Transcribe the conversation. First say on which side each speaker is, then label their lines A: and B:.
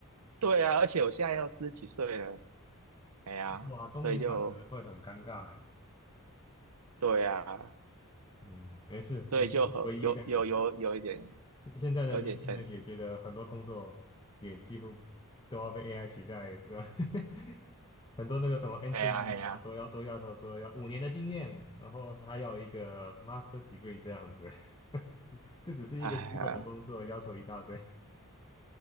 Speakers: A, on the right; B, on the left.
A: 对啊，而且我现在要四十几岁了，哎呀，
B: 哇，中年转职会很尴尬哎。
A: 所以就对啊，
B: 嗯，没事，
A: 所以就很有有有有一点
B: 你不是唯一那个。现现在的年轻人也觉得很多工作也几乎都要被
A: 有一点成，
B: AI 取代，不知道 <laughs> 很多那个什么 entry
A: 哎呀哎呀，
B: level 都要都要求说要五年的经验，然后还要一个 master degree 这样子，<laughs> 这只是一个基本的工作，
A: 哎呀，
B: 要求一大堆。